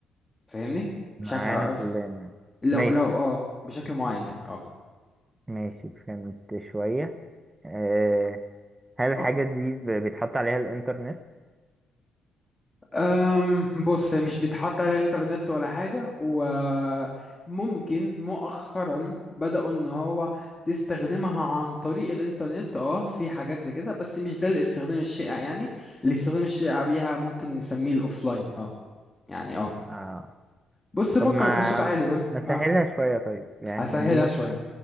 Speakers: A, on the left; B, on the right.
A: فاهمني
B: معانا
A: مش عارف عرفت
B: كلنا
A: لو
B: ماشي
A: لو اه بشكل معين يعني اه
B: ماشي فهمت شوية آه، هل الحاجة
A: اه
B: دي ب- بيتحط عليها الإنترنت؟
A: أم بص هي مش بيتحط على الانترنت ولا حاجة وممكن مؤخرا بدأوا ان هو تستخدمها عن طريق الانترنت اه في حاجات زي كده بس مش ده الاستخدام الشائع يعني الاستخدام الشائع بيها ممكن نسميه الاوفلاين اه يعني اه
B: آه.
A: بص فكر
B: طب ما
A: بصوت عالي قولي
B: ما تسهلها
A: اه
B: شوية طيب يعني
A: هسهلها
B: دي م-
A: شوية